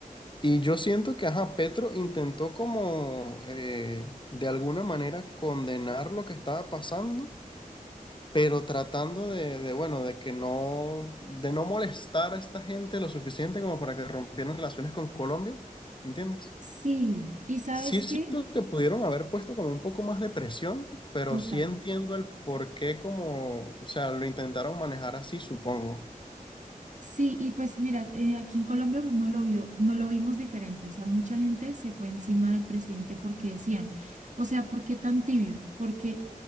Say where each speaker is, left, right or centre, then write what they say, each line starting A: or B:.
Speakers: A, on the left; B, on the right.
A: Y yo siento que, ajá, Petro intentó como eh, de alguna manera condenar lo que estaba pasando, pero tratando de, de, bueno, de que no, de no molestar a esta gente lo suficiente como para que rompieran relaciones con Colombia, ¿entiendes?
B: Sí, ¿y sabes
A: Sí
B: qué?
A: siento que pudieron haber puesto como un poco más de presión, pero
B: Total.
A: sí entiendo el por qué como, o sea, lo intentaron manejar así, supongo.
B: Sí, y pues mira, eh, aquí en Colombia no lo vio, no lo vimos diferente, o sea, mucha gente se fue encima del presidente porque decían, o sea, ¿por qué tan tibio? Porque